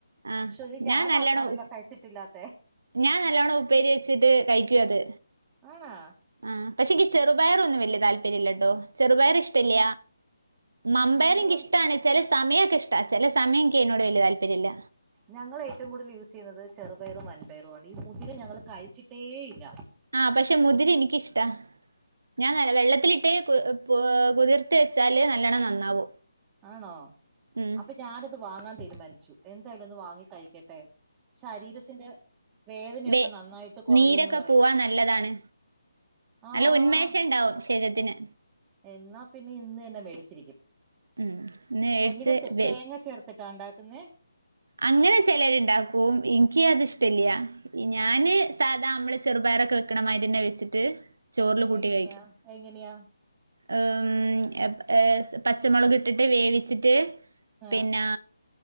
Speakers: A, on the right (about 70°); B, on the right (about 20°).
A: ആഹ്
B: ഷോത് ഞാൻ മാത്രാണല്ലോ
A: നല്ലോണം
B: കഴിച്ചിട്ടില്ലാത്തെ
A: ഞാൻ നല്ലോണം ഉപ്പേരി വെച്ചിട്ട് കഴിക്കു അത്
B: ആണാ
A: ആഹ് പക്ഷെക്ക് ചെറുപയറൊന്നും വല്യ താല്പര്യല്ലട്ടോ ചെറുപയർ ഇഷ്ട്ടല്ല മമ്പയർ
B: ഞങ്ങൾ
A: എനിക്ക് ഇഷ്ട്ടാണ് ചെല സമയൊക്കെ ഇഷ്ട്ട ചെലെ സമയം എനിക്കയിനോട് വല്യ താല്പര്യല്ല
B: ഞങ്ങൾ ഏറ്റവും കൂടുതൽ യൂസ് ചെയ്യുന്നത് ചെറുപയറും മൻപയറും ആണ് ഈ മുതിര ഞങ്ങള് കഴിച്ചിട്ടേ ഇല്ല
A: ആഹ് പക്ഷെ മുതിര എനിക്കിഷ്ട്ടാ ഞാൻ വെള്ളത്തിലിട്ട് കു പ് കുതിർത്തി വെച്ചാല് നല്ലണം നന്നാവും
B: ആണോ
A: ഉം
B: അപ്പോ ഞാനത് വാങ്ങാൻ തീരുമാനിച്ചു എന്തായാലും ഒന്ന് വാങ്ങി കഴി ക്കെട്ടെ ശരീരത്തിന്റെ വേദനയൊക്കെ
A: ടെ
B: നന്നായിട്ട് കുറയൂന്ന്
A: നീരൊക്കെ
B: പറയുന്നു
A: പോവാൻ നല്ലതാണ്
B: ആ
A: നല്ല ഉന്മേഷം ണ്ടാവും ശരീരത്തിന്
B: എന്നാ പിന്നെ ഇന്ന് തന്നെ മേടിച്ചിരിക്കും
A: ഉം ഇന്ന് മേടിച്ച്
B: എങ്ങനെ തേ
A: വെ
B: തേങ്ങ ചേർത്തിട്ടാ ണ്ടാക്കുന്നെ
A: അങ്ങനെ ചെലരര്ണ്ടാക്കും ഇനിക്ക് അത് ഇഷ്ട്ടല്യ ഞാന്
B: ഉം
A: സാത ത മ്മള് ചെറുപയറൊക്കെ വെക്കണമാരി തന്നെ വെച്ചിട്ട് ചോറില് കൂട്ടി
B: എങ്ങനെയാ
A: കഴിക്കും
B: എങ്ങനെയാ
A: എഹ് മ് എഹ് പച്ചമുളക് ഇട്ടിട്ട് വേവിച്ചിട്ട്
B: ആ
A: പിന്നാ